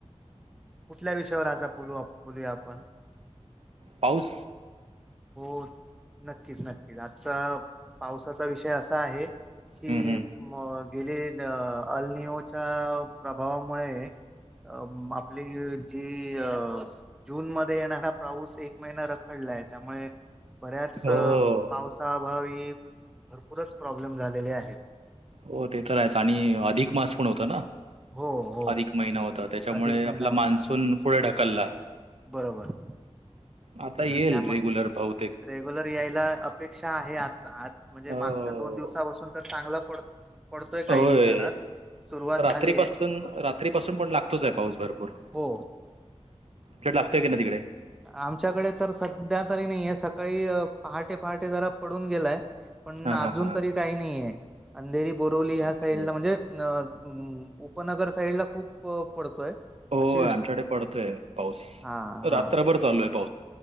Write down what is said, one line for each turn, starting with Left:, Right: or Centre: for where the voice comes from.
Centre: कुठल्या विषयावर आज बोलू बोलूया आपण
Right: पाऊस
Centre: हो नक्कीच नक्कीच आजचा पावसाचा विषय असा आहे कि
Right: हं, हं.
Centre: म गेले अ अलनीओच्या प्रभावामुळे अ आपली जी अ जून मध्ये येणारा पाऊसए महिना रखडलाआय त्यामुळे बऱ्याच
Right: हो.
Centre: पावसाअभावी भरपूरच प्रॉब्लेम झालेले आहेत
Right: हो ते तर आहेच आणि अधिक मास पण होत ना
Centre: हो हो
Right: अधिक महिना होता त्याच्यामुळे
Centre: अधिक महिना
Right: आपला
Centre: होता
Right: मान्सून पुढे ढकलला
Centre: बरोबर
Right: आता
Centre: पण
Right: येईल
Centre: त्याम
Right: रेग्युलर पाऊ
Centre: रेग्युलर यायला अपेक्षा आहे आज आज म्हणजे
Right: हो.
Centre: मागच्या दोन दिवसापासून तर चांगला पड तोय काही
Right: होय.
Centre: ठिकाणात सुरुवात
Right: तर रात्रीपासून
Centre: झालीय
Right: रात्रीपसून पण लागतोच आय पाऊस भरपूर
Centre: हो
Right: जे लागते नदीकड
Centre: आमच्याकड तर सध्या तरी नहीय सकाळी पहाटे पहाटे जरा पडून गेलाय पण
Right: हां,
Centre: अजून
Right: हां, हां.
Centre: तरी काही नईय आहे अंधेरी बोरवली ह्या
Right: ओके.
Centre: साईडला म्हणजे अ हम् उपनगर साईड ला खूप पडतोय
Right: हो
Centre: अशी
Right: आमच्याकडे पडतोय पाऊस
Centre: हा हा
Right: रात्रभर चालू अय